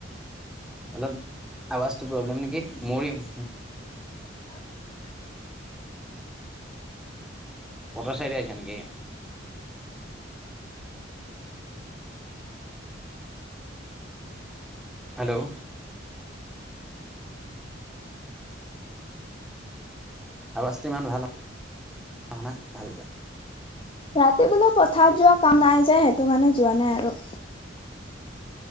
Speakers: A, in the centre; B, on the left.
A: অলপ আৱাজটো প্ৰব্লেম নেকি। মৰি - পট চাইটে আহিছা নেকি হেল্ল', আৱাজটো ইমান ভাল নাই ভালকৈ।
B: ৰাতি কোনো পথাৰত যোৱা কাম নাই যে, সেইটো কাৰণে যোৱা নাই আৰু।